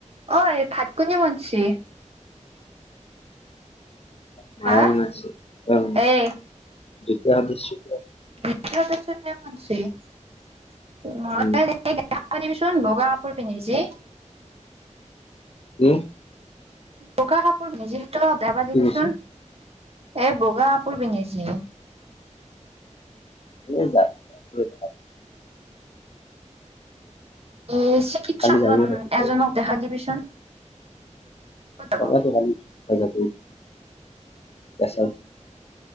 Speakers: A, on the right (about 50°); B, on the left (about 50°).
A: ঐ ভাত কোনে বনছি?
B: মায়ে
A: হা
B: বনাইছে, উম।
A: এই
B: <unintelligible>
A: <unintelligible> <unintelligible> চোন বগা
B: উম
A: কাপোৰ পিন্ধি যে
B: কি?
A: বগা কাপোৰ পিন্ধিছি <unintelligible> দিবিচোন
B: কি কৈছো
A: এ বগা কাপোৰ পিন্ধিছি।
B: <unintelligible>
A: এ চিকিৎসকজন
B: কালি যাব ৰাতিপুৱা
A: এজনক দেখাই দিবিচোন। ক'ত যাব
B: <unintelligible>